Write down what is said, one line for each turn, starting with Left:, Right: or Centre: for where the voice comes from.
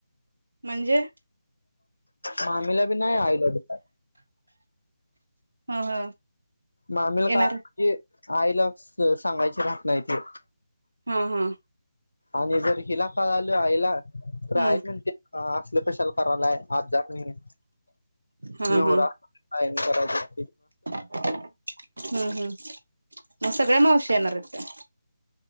Right: म्हणजे
Left: मामीला बी नाही, आईला बी
Right: ह ह
Left: मामीला
Right: येणार
Left: काय
Right: आहे.
Left: ए आईला स सांगायची राहत नाही ती.
Right: हूं!
Left: आणि जर हिला कळाल आईला. तर
Right: हम्म
Left: आई म्हणते हा असल कशाला. <unintelligible> आत जात नाही.
Right: हा
Left: नवरा
Right: हा
Left: हांतराय आहे <inaudible>
Right: हम्म हम्म मग सगळ्या मावश्या येणारेत? <inaudible>